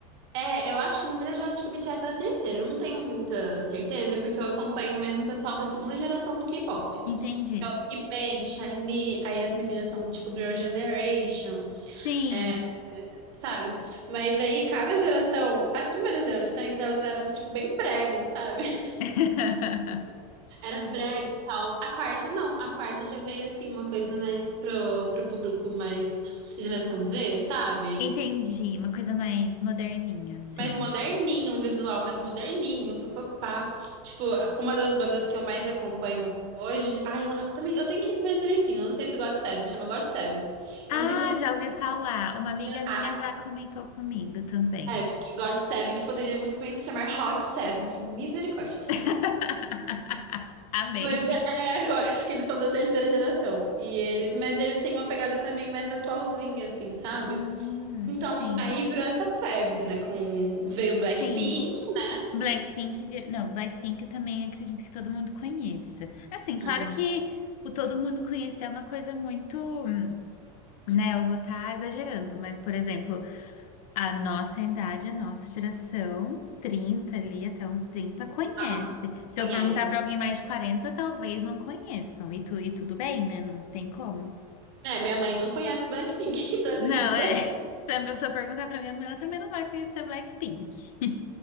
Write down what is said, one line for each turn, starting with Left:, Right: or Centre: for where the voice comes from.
Right: É, eu acho que, na verdade, eu acho que o BTS é da terceira. Eu não tenho muita certeza, porque eu acompanho mesmo o pessoal da segunda geração do K-pop.
Left: Entendi.
Right: Então, Big Bang, SHINee, aí as meninas são tipo Girl Generation,
Left: Sim.
Right: é, sabe? Mas aí, cada geração, as primeiras gerações, elas eram, tipo, bem bregas, sabe?
Left: <laughs>
Right: <laughs> Era brega e tal. A quarta, não. A quarta já veio, assim, uma coisa mais pro, pro público mais geração Z, sabe?
Left: Entendi, uma coisa mais moderninha, assim.
Right: Mais moderninho o visual, mais moderninho, papapá. Tipo, uma das bandas que eu mais acompanho hoje. Ai, eu, eu também, eu tenho que ver direitinho. Eu não sei se God Seven chama God Seven.
Left: Ah,
Right: Eu não sei se eles.
Left: já ouvi falar. Uma amiga minha
Right: Ah,
Left: já comentou comigo também.
Right: é, porque God Seven, que poderia muito bem se chamar Hot Seven, porque misericórdia.
Left: <laughs> Amei.
Right: Mas é, <laughs> eu acho que eles são da terceira geração. E eles, mas eles têm uma pegada também mais atualzinha, assim, sabe?
Left: Hum,
Right: Então,
Left: sim,
Right: aí virou essa febre, né? Com, veio Blackpink,
Left: sim.
Right: né?
Left: Blackpink, vir... não, Blackpink também acredito que todo mundo conheça. Assim, claro
Right: Ai,
Left: que o todo mundo conhecer é uma coisa muito, hum, né? Eu vou estar exagerando, mas, por exemplo, A nossa idade, a nossa geração, trinta ali até uns trinta conhece.
Right: ah,
Left: Se
Right: conhece.
Left: eu perguntar para alguém mais de quarenta talvez não conheçam. E, tu, e tudo bem, né? Não tem como.
Right: É, minha mãe não conhece Blackpink, <laughs> tá
Left: Não,
Right: tudo bem.
Left: é. <laughs> Também, se eu perguntar para minha mãe, ela também não vai conhecer Blackpink. <laughs>